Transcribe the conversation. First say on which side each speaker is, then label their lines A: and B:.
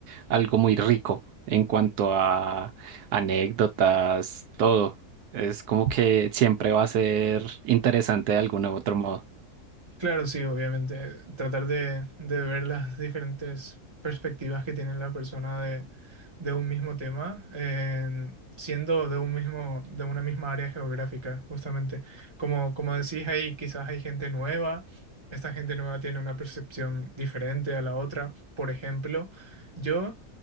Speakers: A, on the right (about 75°); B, on the right (about 20°).
A: algo muy rico en cuanto a anécdotas, todo. Es como que siempre va a ser interesante de algún u otro modo.
B: Claro, sí, obviamente. Tratar de, de ver las diferentes perspectivas que tiene la persona de, de un mismo tema, en- siendo de un mismo, de una misma área geográfica, justamente. Como, como decís ahí, quizás hay gente nueva, esta gente nueva tiene una percepción diferente a la otra. Por ejemplo, yo